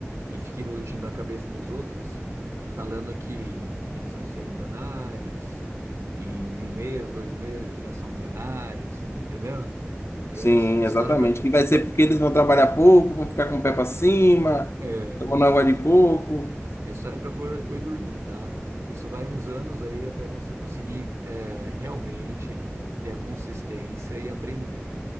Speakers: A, on the right (about 75°); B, on the left (about 60°).
A: e fica iludindo a cabeça dos outros, falando que eles vão ser milionários, em um mês, dois meses já são milionários, entendeu? E
B: Sim,
A: é his- história
B: exatamente.
A: pra,
B: Que
A: histó
B: vai ser porque eles vão trabalhar pouco, vão ficar com o pé para cima,
A: é,
B: tomando água de coco.
A: é história pra boi, boi dormir, tá? Isso vai uns anos aí até você conseguir é, realmente ter a consistência e aprender.